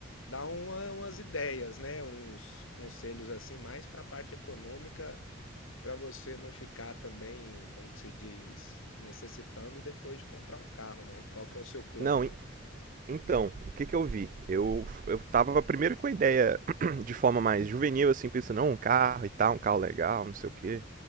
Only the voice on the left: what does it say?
dar uma- umas ideias, né? Uns conselhos assim, mais para a parte econômica, para você não ficar também, como que se diz, necessitando depois de comprar um carro, né? Qual que é o seu plano
aí?